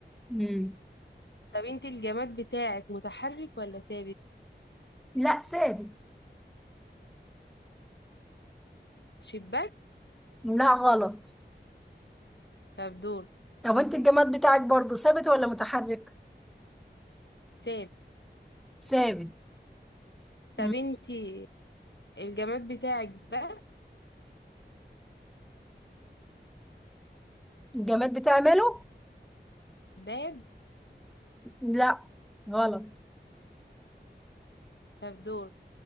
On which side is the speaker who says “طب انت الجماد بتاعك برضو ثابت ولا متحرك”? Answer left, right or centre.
Centre